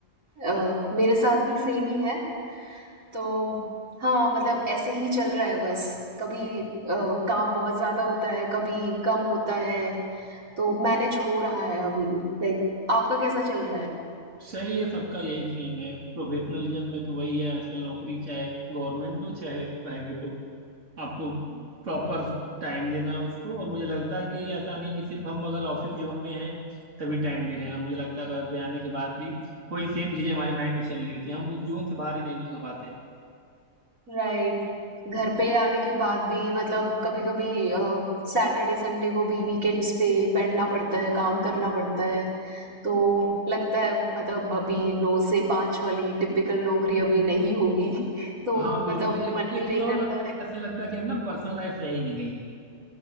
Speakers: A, on the right; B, on the right.
A: अ, मेरे साथ भी सेम ही है। तो हाँ, मतलब ऐसे ही चल रहा है बस। कभी अ, काम बहुत ज़्यादा होता है, कभी कम होता है, तो मैनेज हो रहा है अभी। लाइक आपका कैसा चल रहा है?
B: सही है सबका यही सीन है प्रोफेशनलिज्म में तो वही है आजकल नौकरी चाहे गवर्नमेंट हो चाहे प्राइवेट हो आपको प्रॉपर टाइम देना है उसको और मुझे लगता है कि ये ऐसा नहीं कि सिर्फ हम अगर ऑफिस जोन में हैं तभी टाइम दे रहे हैं मुझे लगता है घर पे आने के बाद भी वही सेम चीज़ें हमारे माइंड में चल रही होती हैं हम उस जोन से बाहर ही नहीं निकल पाते हैं
A: राइट। घर पे आने के बाद भी मतलब कभी-कभी अ, सैटरडे संडे को भी वीकेंड्स पे बैठना पड़ता है, काम करना पड़ता है। तो लगता है मतलब अभी 9 से 5 वाली टिपिकल नौकरी अभी नहीं होगी। <laughs> तो
B: हाँ बिल्कुल
A: मतलब
B: एक
A: मन
B: एक
A: भी
B: चीज़
A: नहीं
B: और
A: करता
B: लगता है
A: है।
B: जैसे लगता है कि अब ना पर्सनल लाइफ रह ही नहीं गई है